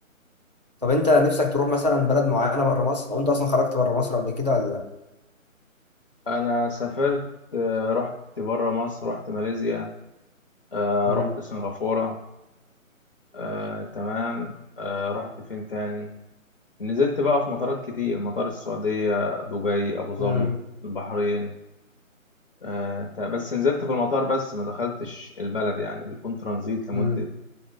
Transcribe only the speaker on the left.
انا سافرت آه، رحت بره مصر رحت ماليزيا آه،
رحت سنغافوره آه، تمام آه، رحت فين تاني نزلت بقى في مطارات كتير مطار السعودية دبي أبو ظبي
البحرين آه ت- بس نزلت في المطار بس ما دخلتش البلد يعني بيكون ترانزيت لمدة